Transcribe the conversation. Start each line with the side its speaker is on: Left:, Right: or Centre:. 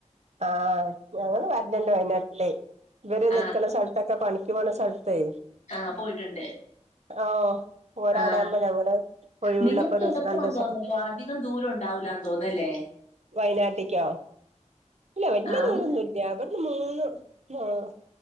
Right: ആഹ് ഞങ്ങള് വരണണ്ട് വയനാട്ടിലേ ഇവര്
Left: ആ
Right: നിൽക്കണ സ്ഥലത്തൊക്കെ പണി ക്കു പോന്ന സ്ഥലത്തേ
Left: ആഹ് പോയിട്ടുണ്ട്
Right: ഓഹ് ഓരവിടാകുമ്പോ
Left: ആഹ്
Right: ഞങ്ങള് ഒഴിവുള്ളപ്പോ
Left: നിങ്ങക്ക്
Right: ഒരു
Left: എളുപ്പാന്ന്
Right: രണ്ടൂസൊക്കെ
Left: തോന്നല്ലോ അധികം ദൂരം ഉണ്ടാവൂല്ലാന്ന് തോന്നല്ലേ
Right: വയ്നാട്ട്ക്യോ? ഇല്ല വല്യ
Left: ആ
Right: ദൂരൊന്നുംല്ല
Left: അത്
Right: ഇവിട്ന്ന് മൂന്ന് ആഹ്